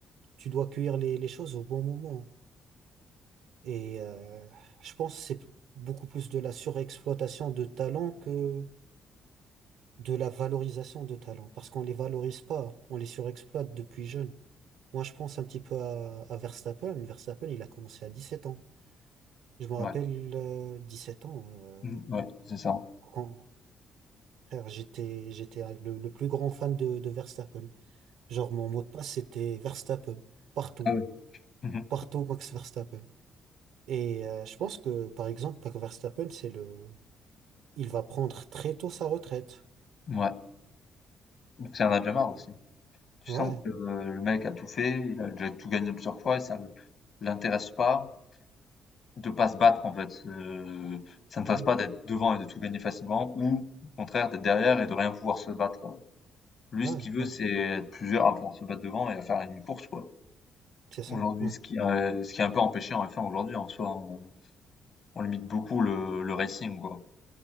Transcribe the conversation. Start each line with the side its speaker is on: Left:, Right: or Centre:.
Right: Tu dois cueillir les, les choses au bon moment. Et euh, je pense que c'est beaucoup plus de la surexploitation de talents que de la valorisation de talents, parce qu'on les valorise pas, on les surexploite depuis jeune. Moi, je pense un petit peu à, à Verstappen. Verstappen, il a commencé à dix sept ans. Je me rappelle,
Left: Ouais,
Right: euh, sept ans, euh,
Left: Mm, ouais, c'est ça.
Right: quand frère, j'étais, j'étais le, le plus grand fan de, de Verstappen. Genre, mon mot de passe, c'était Verstappen, partout.
Left: Euh, Mmh mh.
Right: partout Max Verstappen. Et euh, je pense que, par exemple, Max Verstappen, c'est le... Il va prendre très tôt sa retraite.
Left: Mouais, donc ça en a déjà marre
Right: Et-
Left: aussi. Tu
Right: Ouais,
Left: sens que euh, le mec a tout fait, il a déjà tout gagné plusieurs fois et ça le l'intéresse pas de pas se battre en fait, heu, ça ne l'intéresse
Right: hmm,
Left: pas d'être devant et de tout gagner facilement ou au contraire d'être derrière et de rien pouvoir se battre, Lui,
Right: ouais,
Left: ce qu'il veut,
Right: ouais,
Left: c'est être plusieurs à pouvoir se battre devant et à faire une course, quoi.
Right: c'est ça.
Left: Aujourd'hui,
Right: Ouais,
Left: ce qui, heu, ce qui est un peu empêché en F1 aujourd'hui en soi, on on limite beaucoup le le racing, quoi.